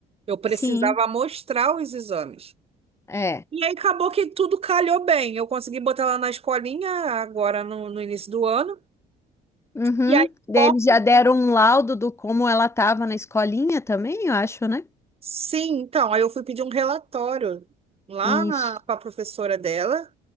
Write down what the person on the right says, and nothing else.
Eu precisava
mostrar os exames.
E aí acabou que tudo calhou bem. Eu consegui botar ela na escolinha agora no, no início do ano.
E aí,
como?
Sim, então, aí eu fui pedir um relatório lá
para a professora dela.